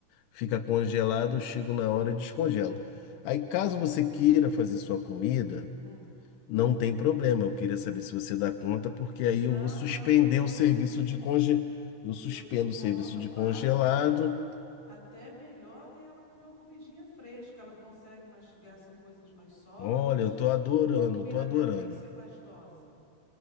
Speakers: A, on the left (about 85°); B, on the left (about 15°).
A: Fica congelado, eu chego na hora e descongelo. Aí, caso você queira fazer sua comida,
B: Hum.
A: não tem problema. Eu queria saber se você dá conta, porque aí
B: Não,
A: eu vou suspender
B: não, dou conta
A: o serviço
B: sim.
A: de conge... Eu suspendo
B: Eu dou conta,
A: o serviço de
B: faço
A: congelado.
B: até até melhor, né? Ela comer uma comidinha fresca, ela consegue mastigar assim coisas mais sólidas,
A: Olha, eu tô adorando,
B: ou a comida
A: eu tô adorando.
B: dela tem que ser pastosa.